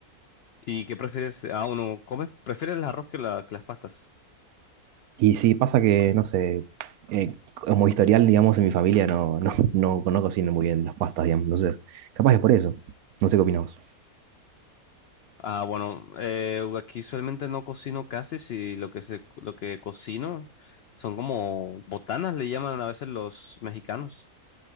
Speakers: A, on the left; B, on the right.
A: ¿y qué prefieres? Ah, uno come, prefieres el arroz que, la- que las pastas.
B: Y sí, pasa que, no sé, eh, como historial, digamos, en mi familia no, no, no, no cocino muy bien las pastas, digamos. Entonces, capaz es por eso. No sé qué opinamos.
A: Ah, bueno, eh, aquí usualmente no cocino casi, si lo que se, lo que cocino son como botanas, le llaman a veces los mexicanos,